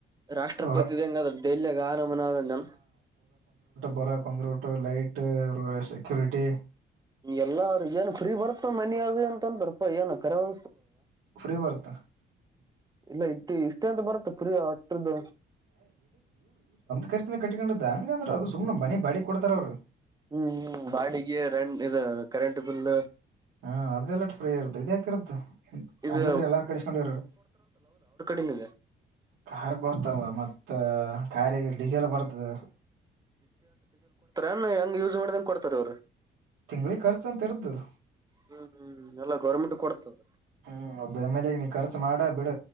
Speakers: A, on the right (about 20°); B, on the right (about 90°).
A: ರಾಷ್ಟ್ರಪತಿದ
B: ಹ
A: ಹೆಂಗ ಅದ ದೆಲ್ಲಿಗ ಆನಮ ಅದ್
B: ಬರಕಂದ್ರ ಓಟ ಲೈಟ್ ಸೆಕ್ಯೂರಿಟಿ.
A: ಎಲ್ಲರ ಏನ್ ಫ್ರೀ ಬರ್ತ್ತ ಮನಿ ಅದ ಅಂತ ಅಂದ್ರ ಪ್ಪಾ ಏನ ಕರೆ ಒ
B: ಫ್ರೀ ಬರ್ತ
A: ಇಲ್ಲ ಇನ್ನ ಇಷ್ಟ ಅಂತ ಬರುತ್ತ ಪರಿ ಹಟ್ಟ್ರದ್ದ
B: ಕರ್ಸಿನ ಕಟ್ಕೊಂಡಿದ್ದ ಹಂಗಂದ್ರ ಅದು ಸುಮ್ನ ಮನೆ ಬಾಡಿ ಕೊಡ್ತಾರ ಅವ್ರ.
A: ಹ್ಮ ಹ್ಮ ಬಾಡಿಗೆ ರ ಇದ ಕರೆಂಟ್ ಬಿಲ್.
B: ಹ ಅದೆಲ್ಲ ಫ್ರೀ ಇರತ್ತ ಇದ್ಯಾಕಿರತ್ತ
A: ಇದು
B: ಹಂಗಿದ್ರ ಎಲ್ಲಾರು ಕಡಿಸಕೊಂಡಿರ.
A: ಹಿಂಗದ
B: ಕಾರ ಬರ್ತಾವ ಮತ್ತ ಕಾರಿಗ ಡೀಸೆಲ್ ಬರ್ತದ.
A: ಹೆಂಗ ಯೂಸ್ ಮಾಡ್ದಂಗ ಕೊಡ್ತಾರ ಅವ್ರ.
B: ತಿಂಗಳಿಗ ಖರ್ಚ ಅಂತ ಇರತ್ತದ.
A: ಹ್ಮ ಹ್ಮ ಅಲ್ಲ ಗೌರ್ಮೆಂಟ್ ಕೊಡ್ತದ.
B: ಹ್ಮ್ ಒಬ್ಬ ಎಮ್ ಎಲ್ ಎ ನೀ ಖರ್ಚು ಮಾಡ ಬಿಡ